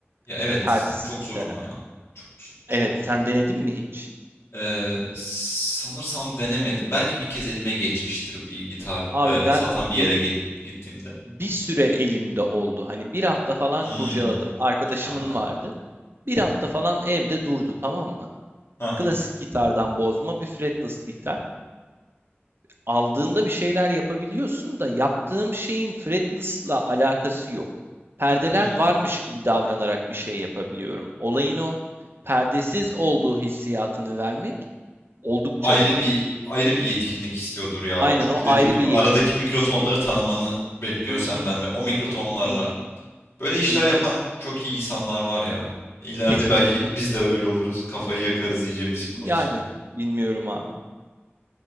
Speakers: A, on the left (about 80°); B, on the right (about 60°).
A: Ya evet,
B: İşte perdesiz
A: çok
B: gitara.
A: zor ama ya. Çok zor, çok
B: Evet,
A: zor.
B: sen denedin mi hiç?
A: Ee, sanırsam denemedim. Belki bir kez elime geçmiştir bir gitar
B: Abi
A: e,
B: ben
A: satan bir yere
B: benim
A: ge- gittiğimde.
B: bir süre elimde oldu. Hani bir hafta falan
A: Hmm.
B: kurcaladım. Arkadaşımın
A: Ha,
B: vardı. Bir hafta falan evde durdu tamam mı?
A: ha, ha.
B: Klasik gitardan bozma bir fretless gitar. aldığında bir şeyler yapabiliyorsun da yaptığım şeyin fretless'la alakası yok. Perdeler
A: Hmm.
B: varmış gibi davranarak bir şey yapabiliyorum. Olayın o perdesiz olduğu hissiyatını vermek oldukça
A: ayrı
B: zor.
A: bir ayrı bir yetkinlik istiyordur ya
B: Aynen
A: o. Çünkü
B: o
A: dediğim
B: ayrı
A: gibi
B: bir yetkinlik
A: aradaki mikrotonları
B: istiyor.
A: tanımanı bekliyor
B: Hı hı,
A: senden ve o mikrotonlarla
B: hı hı, hı hı,
A: böyle işler
B: hı hı.
A: yapan çok iyi insanlar var ya. İleride
B: Kesinlikle.
A: belki biz de öyle oluruz. Kafayı yakarız iyice müzik konusunda.
B: Yani bilmiyorum abi.